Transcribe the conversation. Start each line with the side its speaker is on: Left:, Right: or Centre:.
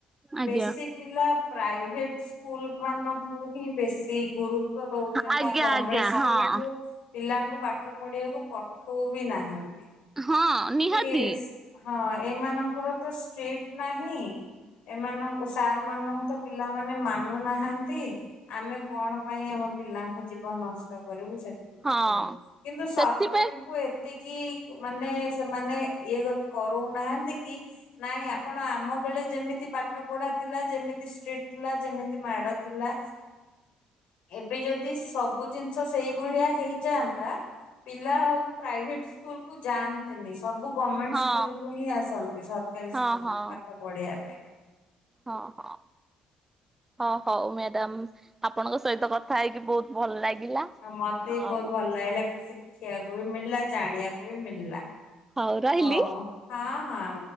Right: ଆଜ୍ଞା।
Left: ବେଶୀ ପିଲା ପ୍ରାଇଭେଟ ସ୍କୁଲ ମାନ କୁ ହିଁ ବେଶୀ ଗୁରୁତ୍ୱ ଦଉଛନ୍ତି।
Right: ଆଜ୍ଞା
Left: ଗଭର୍ମେଣ୍ଟ
Right: ଆଜ୍ଞା
Left: ସ୍କୁଲ
Right: ହଁ
Left: କୁ ପିଲାଙ୍କୁ ପାଠ ପଢିବାକୁ ପଠଉ ବି ନାହାନ୍ତି
Right: ହଁ ନିହାତି
Left: କି ହଁ ଏମାନଙ୍କର ତ ଷ୍ଟ୍ରିଟ ନାହିଁ। ଏମାନଙ୍କୁ ସାର୍ ମାନଙ୍କୁ ତ ପିଲାମାନେ ମାନୁନାହାନ୍ତି। ଆମେ କଣ ପାଇଁ ଆମ ପିଲାଙ୍କ ଜୀବନ ନଷ୍ଟ କରିବୁ ସେ ପଠେଇବ
Right: ହଁ।
Left: କିନ୍ତୁ ସରକାରଙ୍କୁ
Right: ସେଥିପାଇଁ
Left: ଏତିକି ମାନେ ସେମାନେ ଇଏ କରଉନାହାନ୍ତି କି ନାଇଁ ଆପଣ ଆମ ବେଳେ ଯେମିତି ପାଠ ପଢା ଥିଲା ଯେମିତି ଷ୍ଟ୍ରିଟ ଥିଲା। ଯେମିତି ମାଡ ଥିଲା। ଏବେ ଯଦି ସ ସବୁ ଜିନିଷ ସେଇଭଳିଆ ହେଇଯାଆନ୍ତା। ପିଲା ଆଉ ପ୍ରାଇଭେଟ ସ୍କୁଲ କୁ ଯା ନ୍ତେନି ସବୁ ଗଭର୍ଣ୍ଣମେଣ୍ଟ
Right: ହଁ
Left: ସ୍କୁଲକୁୁ ହିଁ ଆସନ୍ତି। ସରକାରୀ
Right: ହଁ
Left: ସ୍କୁଲକୁ
Right: ହଁ
Left: ପାଠ ପଢିବା। ପାଇଁ।
Right: ହଁ ହଁ ହଁ ହଉ ମ୍ୟାଡ଼ାମ। ଆପଣଙ୍କ ସହିତ କଥା ହେଇକି ବହୁତ ଭଲ ଲାଗିଲା।
Left: ହଁ ମତେ ବି
Right: ଆଉ
Left: ବହୁତ ଭଲ ଲାଗିଲା କି ଶିଖିବାକୁ ବି ମିଳିଲା ଜାଣିବାକୁ ବି ମିଳିଲା।
Right: ହଉ ରହିଲି।
Left: ହଉ ହଁ ହଁ।